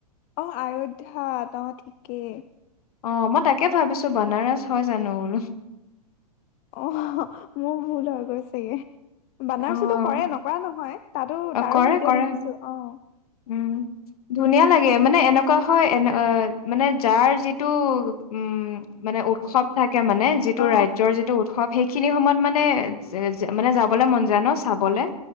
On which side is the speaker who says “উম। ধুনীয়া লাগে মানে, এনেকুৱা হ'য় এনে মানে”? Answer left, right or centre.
Left